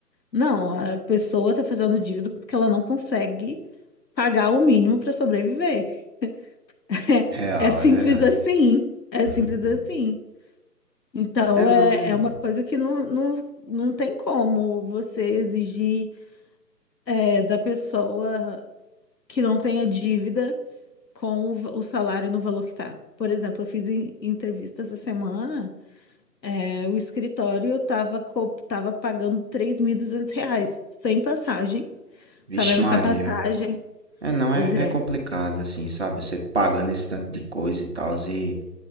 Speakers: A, on the left (about 80°); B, on the right (about 40°).
A: Não, a pessoa tá fazendo dívida porque ela não consegue pagar o mínimo para sobreviver. <laughs>
B: Real,
A: É simples
B: é verdade.
A: assim. É
B: <laughs>
A: simples assim. Então,
B: É não,
A: é,
B: é.
A: é uma coisa que não, não, não tem como você exigir é, da pessoa que não tenha dívida com o, va- o salário no valor que tá. Por exemplo, eu fiz em- entrevista essa semana, é, o escritório estava co tava pagando 3.200 reais, sem passagem,
B: Vixe
A: sabendo
B: Maria.
A: que a passagem,
B: É não, é,
A: pois é,
B: é complicado, assim, sabe? Você pagando esse tanto de coisa e tal. E,